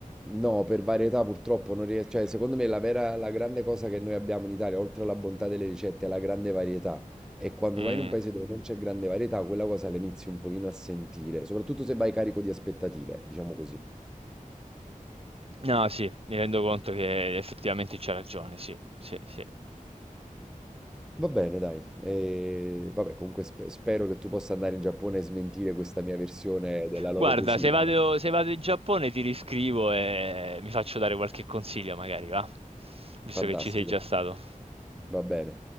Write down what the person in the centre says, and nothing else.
No, per varietà purtroppo non riesco, cioè secondo me la vera, la grande cosa che noi abbiamo in Italia, oltre alla bontà delle ricette, è la grande varietà. E quando
vai in un paese dove non c'è grande varietà, quella cosa la inizi un pochino a sentire, soprattutto se vai carico di aspettative, diciamo così.
Va bene, dai. E, vabbè, comunque spe- spero che tu possa andare in Giappone e smentire questa mia versione della loro
cucina.
Fantastico,
va bene.